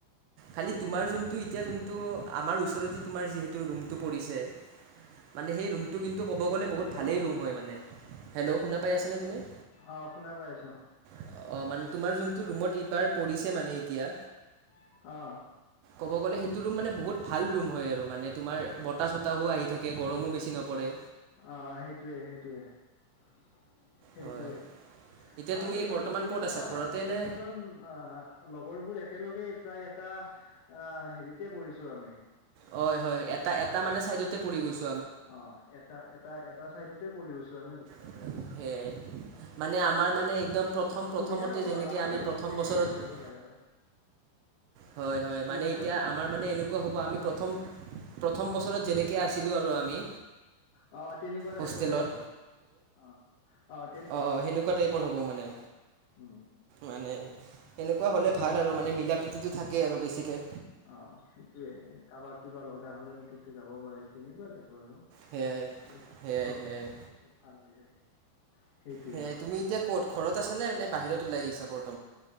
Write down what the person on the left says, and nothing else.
সেইটো
হেল্ল'
অহ, শুনা পাই আছো।
অ
অহ, সেইটোৱে-সেইটোৱে-সেইটোৱে
আৰু
এইবাৰ
গোটেই
কেইটা,
গোটেই
কেইজন আহ লগৰবোৰ একেলগে প্ৰায় এটা অ, হেৰিতে পৰিছো আমি
অ, এটা-এটা-এটা চাইডতে পৰি গৈছো আমি।
সুবিধা হ'ব
আৰু আমাৰে
হ'ব
গোটেই
গোটেইখিনি জেগাৰে
কি
কৈছা
অ, তেনেকুৱা টাইপৰে
হ'ব। অ-অ
উম উম
প্ৰথম
অ, সেইটোয়ে কাৰোবাক কিবা লগা হ'লে পুতুকে যাব পাৰি, তেনেকুৱা তাইপৰ আৰু
চব-চব-চব,
ভাল হৈ যায়। সেইটোয়ে